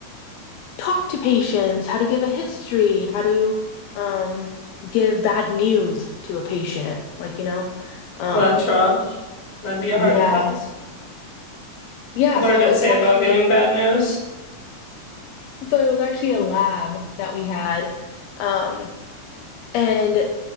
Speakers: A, on the left (about 75°); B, on the left (about 60°).
A: talk to patients, how to give a history, how to um give bad news to a patient, like you know. Um
B: Well, that's rough. That'd be a hard
A: yeah.
B: class.
A: Yeah,
B: What
A: so
B: did it
A: it
B: say
A: was actually
B: about giving bad news?
A: so it was actually a lab that we had um and